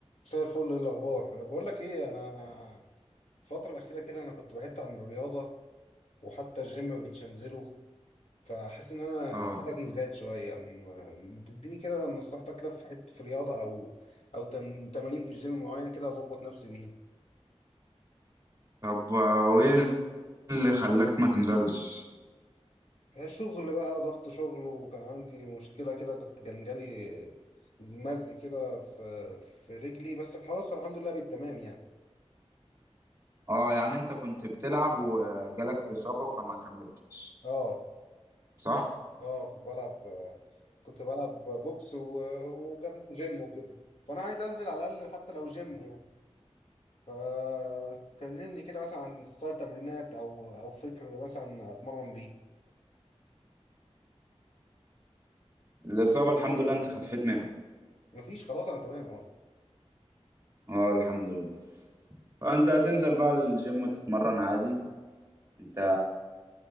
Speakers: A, on the left (about 80°); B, on the right (about 25°).
A: مساء الفل ايه الاخبار بقول لك ايه انا الفتره الاخيره كده انا كنت بعدت عن الرياضه وحتى الجيم ما بقتش انزله فحاسس ان انا
B: اه
A: وزني زاد شويه م- ما تديني كده نصيحتك كده في حته في رياضه او او تم- تمارين في الجيم معينه كده اظبط نفسي بيها
B: طب آه، وايه اللي خلاك ما تنزلش
A: هي شغل بقى ضغط شغل وكان عندي مشكله كده كنت كان جالي مزق كده في في رجلي بس خلاص الحمد لله بالتمام يعني
B: اه يعني انت كنت بتلعب وجالك اصابة فما كملتش
A: اه
B: صح
A: اه كنت بلعب كنت بلعب بوكس و- وجنبه جيم وكده فانا عايز انزل على الاقل حتى لو جيم يعني فكلمني كده مثلا عن ستايل تمرينات او او فكر مثلا اتمرن بيه
B: الاصابة الحمد لله انت خفيت منها
A: مفيش خلاص انا تمام اه
B: اه الحمد لله فانت هتنزل بقى الجيم تتمرن عادي انت